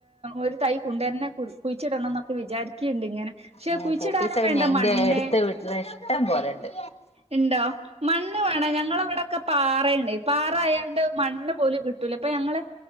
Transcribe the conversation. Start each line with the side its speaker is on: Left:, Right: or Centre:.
Right: ഒരു തൈ കൊണ്ടേരനെ കുഴിച്ചിടണം എന്നൊക്കെ വിചാരിക്കുകയുണ്ട് ഇങ്ങനെ പക്ഷെ
Left: ഉം
Right: കുഴിച്ചിടാനും
Left: പോപ്പിസ്
Right: വേണ്ട
Left: അയിന്റെ
Right: മണ്ണ്
Left: അടുത്ത വീട്ടില് ഇഷ്ടം പോലണ്ട്
Right: ഇണ്ടോ മണ്ണ് വേണം ഞങ്ങളവിടൊക്കെ പാറയാണ് പാറയായോണ്ട് മണ്ണ് പോലും കിട്ടൂല ഞങ്ങള്